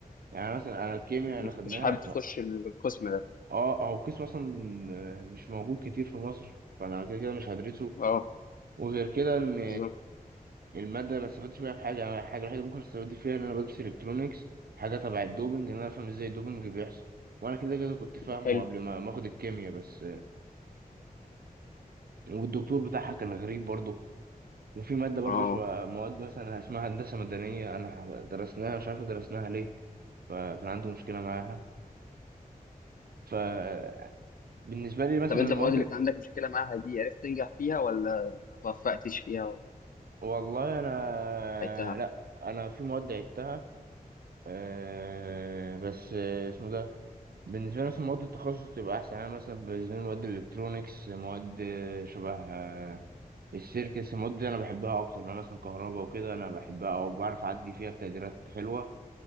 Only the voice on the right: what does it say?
يعني مثلا انا الكيمياء اللي
خدناها
لا،
اه او قسم اصلا آه، مش موجود كتير في مصر فانا كده كده مش هدرسه
وغير كده ان
الماده ما استفدتش بيها في حاجه أنا الحاجه الوحيده ممكن استفاد فيها ان انا بدرس الكترونكس حاجه تبع الدوبنج ان انا افهم ازاي الدوبنج بيحصل وانا كده كده كنت فاهمه
قبل ما ما اخد الكيمياء بس والدكتور بتاعها كان غريب برضه وفي ماده برضه
شبه مواد مثلا اسمها هندسه مدنيه انا درسناها مش عارف درسناها ليه فكان عنده مشكله معاها فبالنسبه لي مثلا
المواد
والله انا
لا انا في مواد عدتها أه بس آه، اسمه ده بالنسبة لي مثلا مواد التخصص تبقى أحسن أنا مثلا بالنسبة لي مواد الإلكترونيكس مواد شبه آه، السيركس المواد دي أنا بحبها أكتر أنا مثلا كهرباء وكده أنا بحبها أو بعرف أعدي فيها بتقديرات حلوة